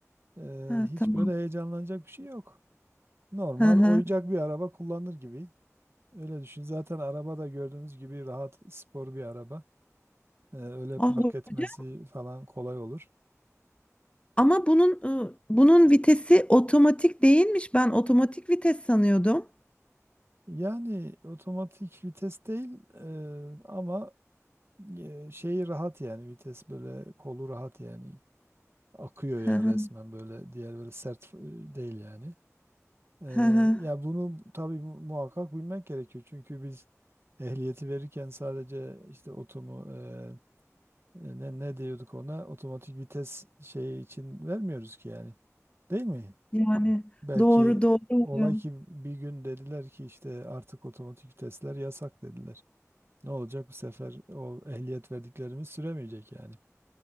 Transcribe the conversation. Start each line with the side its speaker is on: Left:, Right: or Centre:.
Right: Ee,
Left: Ha
Right: hiç
Left: tamam.
Right: böyle heyecanlanacak bir şey yok. Normal
Left: Hı hı.
Right: oyuncak bir araba kullanır gibi. Öyle düşün. Zaten araba da gördüğünüz gibi rahat spor bir araba. Ee, öyle
Left: Ah
Right: park
Left: hocam.
Right: etmesi falan kolay olur.
Left: Ama bunun e, bunun vitesi otomatik değilmiş. Ben otomatik vites sanıyordum.
Right: Yani otomatik vites değil e, ama e, şeyi rahat yani vites böyle kolu rahat yani akıyor yani
Left: Hı hı.
Right: resmen böyle diğer böyle sert e, değil yani. Eee,
Left: Hı hı.
Right: ya bunu tabii mu- muhakkak bilmek gerekiyor. Çünkü biz ehliyeti verirken sadece işte otomu eee, ne, ne diyorduk ona otomatik vites şeyi için vermiyoruz ki yani. Değil mi?
Left: Yani
Right: Belki
Left: doğru doğru
Right: olay
Left: hocam.
Right: ki bir gün dediler ki işte artık otomatik vitesler yasak dediler. Ne olacak bu sefer o ehliyet verdiklerimiz süremeyecek yani.